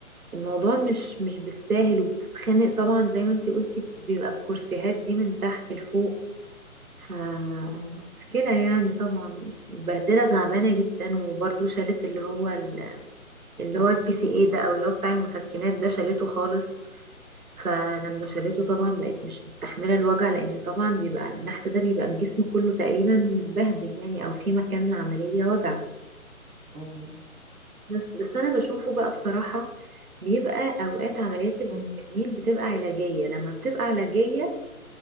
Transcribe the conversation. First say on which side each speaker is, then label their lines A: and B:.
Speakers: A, on the right (about 75°); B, on the right (about 20°).
A: الموضوع مش مش بالساهل وبتتخنق طبعا زي ما انتي قلتي بيبقى الكرسيهات دي من تحت لفوق ف
B: مم.
A: مشكلة يعني طبعا بهدلة تعبانة جدا وبرضو شالت اللي هو ال- اللي هو البي سي اي ده او اللي هو بتاع المسكنات ده شالته خالص فلما شالته طبعا بقت مش مستحملة الوجع لأن طبعا بيبقى النحت ده بيبقى الجسم كله تقريبا متبهدل يعني أو في مكان العملية وجع
B: مم.
A: بس بس أنا بشوفه بقى بصراحة بيبقى أوقات عمليات التجميل
B: مم.
A: بتبقى علاجية لما بتبقى علاجية